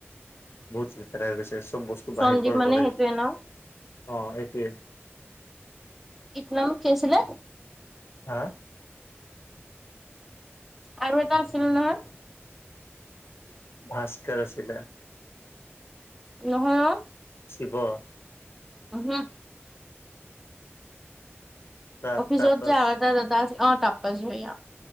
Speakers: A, on the left; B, in the centre.
A: বহুত লেতেৰা হৈ গৈছে, চব বস্তু
B: সঞ্জীৱ
A: বাহিৰ পৰা
B: মানে
A: গ লাগিব।
B: সেইটোৱে ন
A: অ, এইটোৱে।
B: ইত নাম কেছিলছিলে?
A: হা?
B: আৰু এটা আছিলছিল নহয়?
A: ভাস্কৰ আছিলে।
B: নহয় অ,
A: শিৱৰ
B: উম, হুম,
A: তা
B: অফিছত
A: তাপস
B: যে আৰু এটা দাদা আছে টাপ ভৈ <unintelligible>